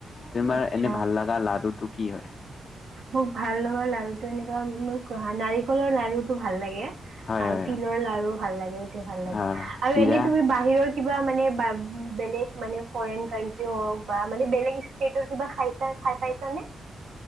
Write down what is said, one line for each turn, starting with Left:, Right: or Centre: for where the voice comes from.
Left: তোমাৰ
Right: আচ্ছা
Left: এনে ভাল লগা লাৰুটো? কি হয়?
Right: মোক ভাল লগা লাৰু এনেকুৱা মোৰ <inaudible> নাৰি কলৰ লাৰুটো ভাল লাগে।
Left: হয়
Right: আৰু
Left: হয়
Right: তিলৰ
Left: হয়
Right: লাৰু ভাল লাগে, এইটো ভাল লাগে
Left: আহ,
Right: আৰু
Left: চিৰা
Right: এনেই তুমি বাহিৰত কিবা মানে বাগ বেলেগ মানে ফৰেইন কান্ট্ৰি হওক বা মানে বেলেগ ষ্টেটৰ কিবা খাইছা, খাই পাইছানে?